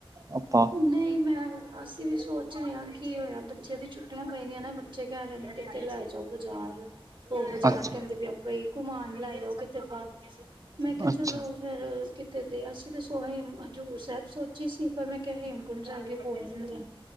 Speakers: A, on the right; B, on the right.
A: ਆਪਾਂ
B: ਨਹੀਂ ਮੈਂ ਅਸੀਂ ਵੀ ਸੋਚ ਰਹੇ ਹਾਂ ਕੀ ਹੋਇਆ ਬੱਚੇ ਦੀ ਛੁੱਟੀਆਂ ਪਈ ਦੀਆਂ ਨਾ ਬੱਚੇ ਕਹਿ ਰਹੇ ਨੇ ਕਿਤੇ ਲੈ ਜਾਓ ਬਾਜ਼ਾਰ ਉਹ ਬਾਜ਼ਾਰ
A: ਅੱਛਾ
B: ਕਹਿੰਦੇ ਪਿਆਂ ਬਈ ਘੁਮਾਨ ਲੈ ਜਾਓ ਕਿਥੇ ਬਾਹਰ ਮੈਂ ਕਿਹਾ
A: ਅੱਛਾ
B: ਚਲੋ ਫੇਰ ਕਿਤੇ ਦਿਆ ਅਸੀ ਤੇ <unintelligible> ਹਜ਼ੂਰ ਸਾਹਿਬ ਸੋ ਸੀ ਪਰ ਮੈਂ ਕਿਹਾ ਹੇਮਕੁੰਟ ਸਾਹਿਬ ਵੀ ਬੋਲ <unintelligible>